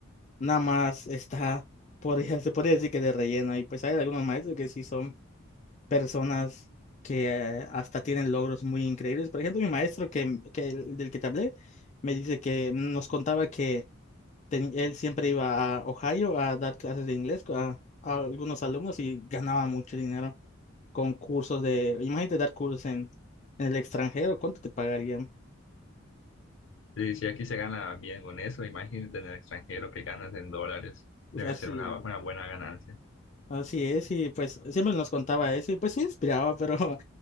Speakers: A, on the left (about 35°); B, on the left (about 70°).
A: nada más está, <laughs> podría, se podría decir que de relleno, y pues hay algunos maestros que sí son personas que eh, hasta tienen logros muy increíbles. Por ejemplo, mi maestro que, que el- del que te hablé me dice que nos contaba que ten- él siempre iba a Ohio a dar clases de inglés a a algunos alumnos y ganaba mucho dinero con cursos de, imagínate dar cursos en, en el extranjero, ¿cuánto te pagarían?
B: Y si aquí se gana bien con eso, imagínate en el extranjero que ganas en dólares,
A: O
B: debe
A: sea, si
B: ser una, una buena ganancia.
A: Así es, y pues siempre nos contaba eso, y pues sí inspiraba, pero <laughs>